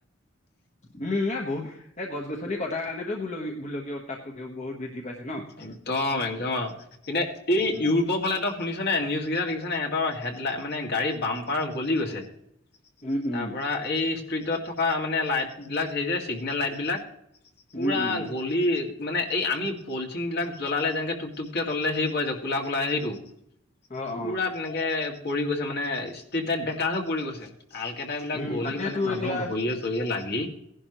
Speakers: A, on the left; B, on the left.
A: উম এ বৌ এই গছ গছনি কটাৰ কাৰণেতো গো গোুলকীয় উত্তাপটো বহুত পাইছে ন
B: একদম একদম আৰু এতিয়া এই
A: উম
B: ইউৰোপৰ ফালেতো শুনিছনেে নিউজকেইটা দেখিছেনেেিহঁৰ হেডলাই মানে গাড়ী বাম্পাৰ গলি গৈছে
A: উম উম
B: তাৰ পৰা এই ষ্ট্ৰিটত থকা মানে লাইট বিলাক হেৰি যে চিগনেল লাইট বিলাক পুৰা
A: উম উম
B: গলি মানে এই আমি পলিথিন বিিলাক জ্বলালে যেনেকে টোপ টোপক তললে হেৰি পাই যায় কোলা কোলা সেইটো
A: অ অ
B: পুৰা তেনেকে পৰি গৈছে মানে ষ্ট াইত বেকা হৈ পৰি গৈছে আল কেইটাবিলাক
A: উম
B: গলি
A: তাকেতো
B: মানে মানুহক
A: এতিয়া
B: ভৰিয়ে চৰিয়ে লাগি